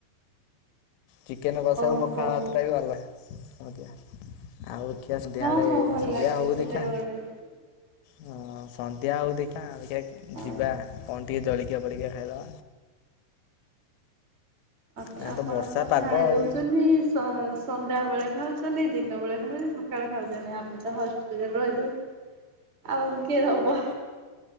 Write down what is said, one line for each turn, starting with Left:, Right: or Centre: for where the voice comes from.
Left: ଚିକେନ କଷାକୁ
Right: ଓହୋ।
Left: ପଖାଳ ଭାତଟା ବି ଭଲ ଆଜ୍ଞା। ଆଉ ରୁଖିଆ ସନ୍ଧ୍ୟାଳେ
Right: ହଁ ହଁ ଭଲ
Left: ସନ୍ଧ୍ୟା
Right: ଲାଗିବ
Left: ହଉ
Right: ସେଟା
Left: ଦେଖିଆ।
Right: <inaudible>
Left: ହଁ ସନ୍ଧ୍ୟା ହଉ ଦେଖା ଦେଖିଆ
Right: ଆଉ
Left: ଯିବା କଣ ଟିକେ ଜଳିଖିଆ ଫଳିଖିଆ ଖାଇଦବା।
Right: ଅ
Left: ଏଇନା
Right: ଆପଣ
Left: ବର୍ଷା
Right: ତ ଖାଇ
Left: ପାଗ ଆଉ
Right: ଦୋଉଚନ୍ତି। ସ ସନ୍ଧ୍ୟା ବେଳେ ଖାଉଛନ୍ତି ଦିନ ବେଳେ ଖାଉ ସକାଳେ ଖାଉଚନି ଆମେ ତ ହଷ୍ଟେଲରେ ରହିଲୁ। ଆଉ କିଏ ଦବ?